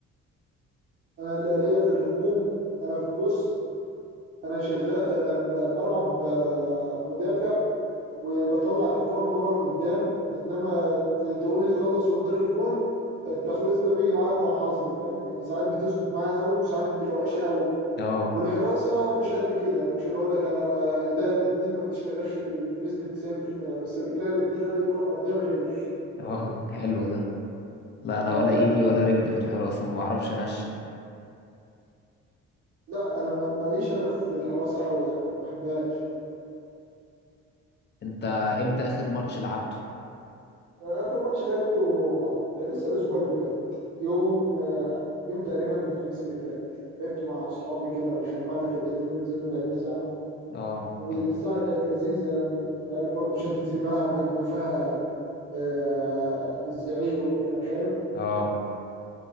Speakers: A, on the right; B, on the left.
A: انا اللي ليا في الهجوم انا في بص انا شغال انا ب- بلعب آه، مدافع وبطلع الكرة من ورا لقدام انما ت- تقول لي خلص قدام الجون التخليص ده بيجي معايا انا وحظي فاهم يعني ساعات بتظبط معايا قوي وساعات بتبقى وحشه قوي
B: اه
A: والحراسه مش قد كده انا مش هقول لك انا انا ايديا الاثنين ما بتشتغلش بنسبه 90% بس رجليا الاثنين اي كره ارضيه بشيلها
B: اه حلو ده لا انا
A: فاهم
B: ولا ايدي ولا رجلي في الحراسة ما بعرفش انشن
A: لا انا ما- ماليش انا في الحراسه قوي يعني ما بحبهاش
B: انت امتى اخر ماتش لعبته
A: آه، اخر ماتش لعبته آه، كان لسه الاسبوع اللي فات يوم آه، يوم تقريبا الخميس اللي فات لعبت مع اصحابي كده وجمعنا فرقتين ونزلنا لعبنا ساعه
B: اه
A: والساعه
B: حلو
A: كانت لذيذه يعني انت عارف برضه شده الملعب بيبقى فيها آه، الزعيق وكده فاهم
B: اه